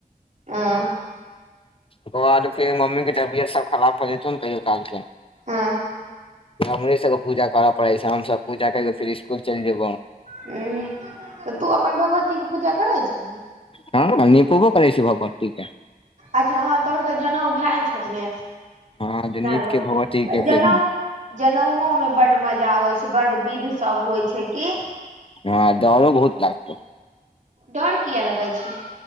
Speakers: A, on the right (about 50°); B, on the left (about 35°).
A: आँ
B: ओकर बाद फेर, मम्मी के तबियत सब खराब भ जेतौ ने, कहियो काल के
A: हँ
B: हमरे सबके पूजा करऽ पड़ै छै, हमसब पूजा कर क फेर स्कुल चलि जेबो।
A: हम्म तऽ तू अपन भगवती के पूजा करै छ
B: हँ-हँ निपोबो करै छी भगवती के
A: अच्छा ह तोर तऽ जनउ भैल छौ ने
B: हँ
A: तै
B: नीप
A: दुआ
B: के भगवती के
A: जनउ
B: फेर
A: जनउओ में बड मजा आबै छै, बड विध सब होइ छै की।
B: हँ डरो बहुत लागतौ।
A: डर किया लगै छै